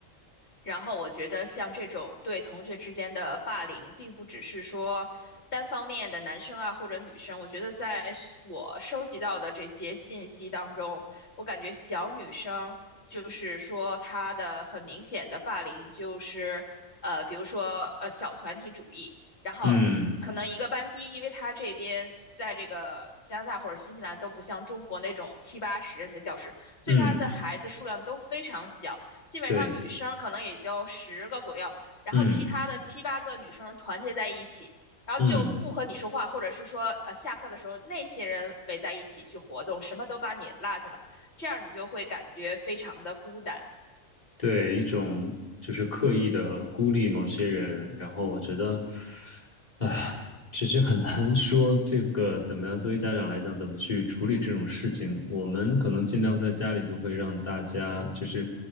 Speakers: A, on the left; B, on the left.
A: 然后我觉得像这种对同学之间的霸凌，并不只是说单方面的男生啊或者女生。我觉得在是我收集到的这些信息当中，我感觉小女生就是说她的很明显的霸凌就是呃，比如说呃小团体主义，然后可能一个班级，
B: 嗯
A: 因为她这边。在这个加拿大或者新西兰都不像中国那种七八十人的教室，所以他的孩子数量都非常小。
B: 嗯，
A: 基本上女生可能也就十个左右，
B: 对，
A: 然后其他的七八个女生团结在一起，
B: 嗯
A: 然后就不和你说话，
B: 嗯。
A: 或者是说呃下课的时候那些人围在一起去活动，什么都把你落下了，这样你就会感觉非常的孤单，
B: 对，一种就是刻意的孤立某些人，然后我觉得，啊，其实很难说这个怎么样，作为家长来讲，怎么去处理这种事情。我们可能尽量在家里就会让大家，就是